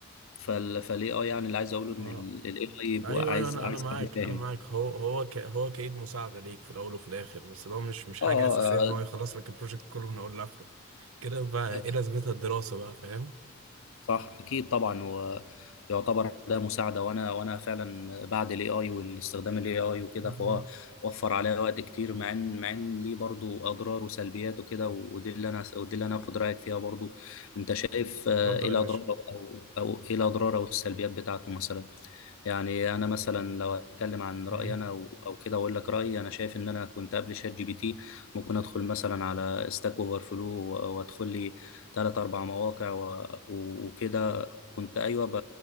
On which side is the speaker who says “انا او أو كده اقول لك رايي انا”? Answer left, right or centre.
Left